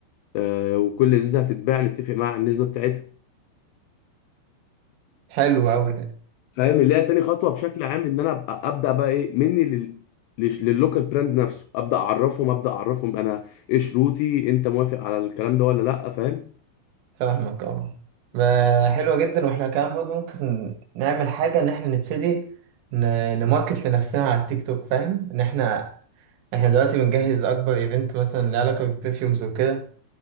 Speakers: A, on the left; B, on the right.
A: آه وكل ازازه هتتباع نتفق مع النسبه بتاعتها
B: حلو قوي
A: فاهم اللي هي تاني خطوه بشكل عام ان انا ابقى ابدا بقى ايه مني لل لش- لللوكال براند نفسه ابدا اعرفهم ابدا اعرفهم انا ايه شروطي انت موافق على الكلام ده ولا لا فاهم
B: فاهمك اه ما- حلوة جدا واحنا كمان برضه ممكن نعمل حاجة ان احنا نبتدي ن- نماركت لنفسنا على التيك توك فاهم ان احنا احنا دلوقتي بنجهز اكبر ايفنت مثلا له علاقة بالبرفيومز وكده